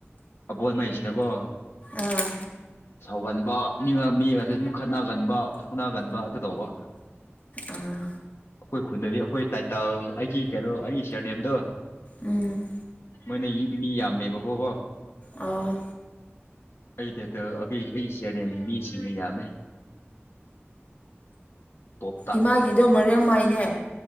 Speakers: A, on the left; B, on the left.
A: ꯑꯕꯣꯠ ꯃꯩꯁꯤꯅꯀꯣ
B: ꯑꯥ
A: ꯁꯧꯒꯟꯕ ꯃꯤ ꯃꯤꯒꯁꯦ ꯑꯗꯨꯝ ꯈꯠꯅꯒꯟꯕ ꯐꯨꯅꯥꯒꯟꯕ ꯑꯗꯨ ꯇꯧꯕ
B: ꯑꯥ
A: ꯑꯩꯈꯣꯏ ꯈꯨꯟꯗꯗꯤ ꯑꯩꯈꯣꯏ ꯇꯥꯏꯇꯜ ꯑꯩꯒꯤ ꯀꯩꯅꯣ ꯑꯩꯒꯤ ꯁꯤꯌꯥꯔ ꯅꯦꯝꯗꯣ
B: ꯎꯝ
A: ꯃꯣꯏꯅ ꯃꯤ ꯌꯥꯝꯃꯦꯕꯀꯣ ꯀꯣ
B: ꯑꯧ
A: ꯑꯩꯗꯗ ꯑꯕꯤ ꯑꯩꯁꯤꯔꯅꯦꯝ ꯃꯤꯁꯤꯡꯅ ꯌꯥꯝꯃꯦ ꯇꯣꯞ
B: ꯏꯃꯥꯒꯤꯗꯣ ꯃꯔꯦꯝ ꯃꯥꯏꯅꯦ